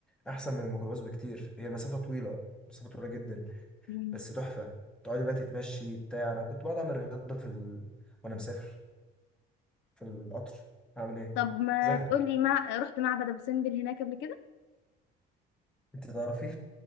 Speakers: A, in the centre; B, on the left (about 85°).
A: احسن من الميكروباص بكتير هي مسافه طويله مسافه طويله جدا
B: مم.
A: بس تحفه تقعدي بقى تتمشي بتاع انا كنت بقعد اعمل رياضه في ال... وانا مسافر في القطر اعمل ايه
B: طب ما
A: زهق
B: تقولي مع... رحت معبد ابو سمبل هناك قبل كده
A: انت تعرفي